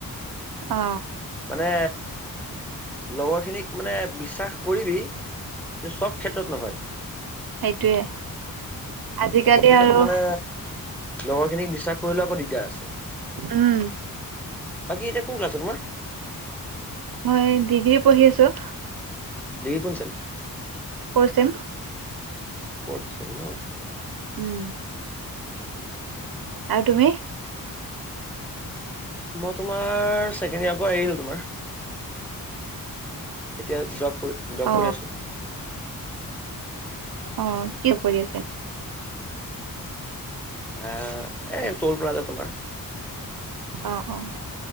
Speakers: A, on the right; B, in the centre.
A: অ
B: মানে লগৰখিনিক মানে বিশ্বাস কৰিবি যে চব ক্ষেত্ৰত নহয়
A: সেইটোয়ে আজিকালি
B: চব ক্ষেত্ৰত
A: আৰু
B: মানে লগৰ খিনিক বিশ্বাস কৰিলেও আকৌ দিগদাৰ আছে
A: উম
B: বাকী এতিয়া কোন ক্লাছত তোমাৰ
A: মই ডিগ্ৰী পঢ়ি আছো
B: ডিগ্ৰী কোন sem
A: four sem.
B: Fourth sem ন
A: উম
B: অ
A: আউ তুমি
B: মই তোমাৰ ছেকেণ্ড ইয়াৰ পৰা এৰিলো তোমাৰ এতিয়া জব কৰি জব
A: অ
B: কৰি আছোঁ
A: অ', কি কৰি আছে?
B: এ, এই ট'ল প্লাজা তোমাৰ।
A: অ' অ',